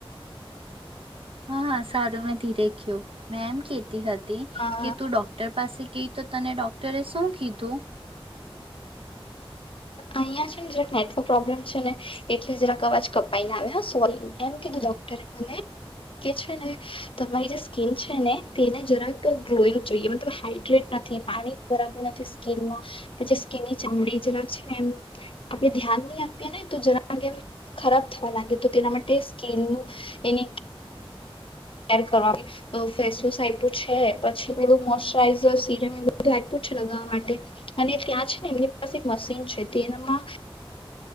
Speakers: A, on the right; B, on the left.
A: હા હ સારું મે ધીરેખ્યું મેં એમ કેતી હતી
B: હા
A: કે તું ડોક્ટર પાસે કે તો તને ડોક્ટરે શું કીધું
B: અહિયાં છે ને જરાક નેટવર્ક પ્રોબ્લેમ છે ને એટલે જરાક અવાજ કપાઈને આવે સોરી એમ કીધું ડોક્ટરે મને કે છે ને તમારી જે સ્કીન છે ને તેને જરાક ગ્લોઈંગ જોઈએ મતલબ હાડ્રેટ નથી પાણી બરાબર નથી સ્કીનમાં પછી સ્કીનની ચામડી જરાક છે. આપણે ધ્યાન નહી આપીએ ને તો જેગેમ ખરાબ થવા લાગે તો તેના માટે સ્કીનનું એની એમ કરવાનું, ફેસસ આપ્યું છે પછી પેલું મોચરાઈઝર સિરમ એ બધું આપ્યું છે લગાવવા માટે અને ત્યાં છે ને એમની પાસે એક મશીન છે તેમાં